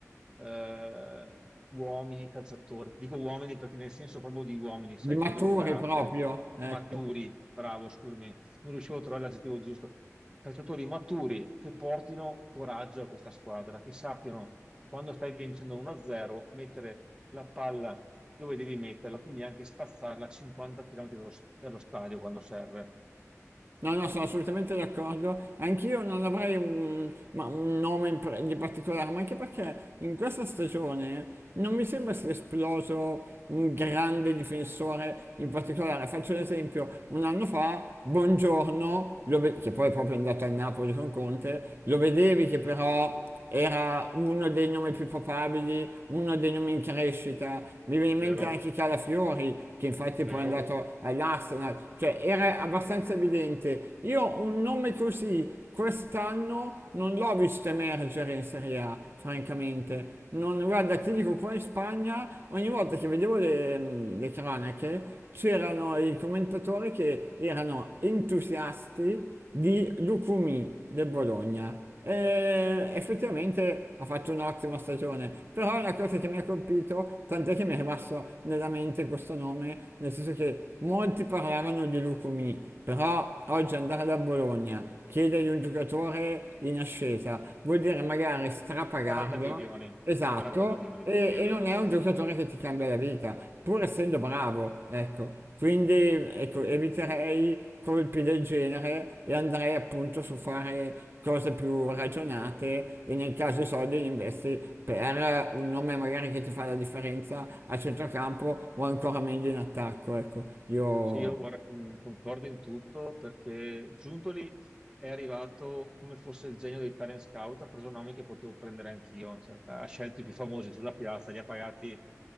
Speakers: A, on the right (about 15°); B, on the right (about 45°).
A: eh, uomini calciatori. Dico uomini perché nel senso proprio di uomini,
B: Di
A: sai,
B: Maturi
A: che abbiano carattere,
B: proprio, ecco.
A: maturi, bravo, scusami, non riuscivo a trovare l'aggettivo giusto. Calciatori maturi che portino coraggio a questa squadra, che sappiano quando stai vincendo 1-0 mettere la palla dove devi metterla, quindi anche spazzarla a 50 km dallo dallo stadio quando serve.
B: No, no, sono assolutamente d'accordo. Anch'io non avrei un, ma un nome in pre- di particolare, ma anche perché in questa stagione non mi sembra sia esploso un grande difensore in particolare. Faccio un esempio, un anno fa, Buongiorno, lo ve- che poi è proprio andato a Napoli con Conte, lo vedevi che però era uno dei nomi più papabili, uno dei nomi in crescita, mi viene in mente
A: Vero,
B: anche Calafiori, che infatti
A: vero.
B: poi è andato all'Arsenal, cioè era abbastanza evidente. Io un nome così quest'anno non l'ho visto emergere in Serie A, francamente. Non, guarda, ti dico, qua in Spagna ogni volta che vedevo le, le cronache c'erano i commentatori che erano entusiasti di Lucumi del Bologna e effettivamente ha fatto un'ottima stagione, però è una cosa che mi ha colpito, tant'è che mi è rimasto nella mente questo nome, nel senso che molti parlavano di Lucumi, però oggi andare da Bologna, chiedergli un giocatore in ascesa, vuol dire magari strapagarlo
A: 40 milioni,
B: Esatto,
A: 40 milioni
B: e,
A: ti chiedono.
B: e non è un giocatore che ti cambia la vita, pur essendo bravo, ecco. Quindi ecco, eviterei colpi del genere e andrei appunto su fare cose più ragionate e nel caso i soldi li investi per un nome magari che ti fa la differenza a centrocampo o ancora meglio in attacco, ecco. Io...
A: Sì, io guarda, con- concordo in tutto perché Giuntoli è arrivato come fosse il genio dei talent scout, ha preso nomi che potevo prendere anch'io, cioè, ha scelto i più famosi sulla piazza, li ha pagati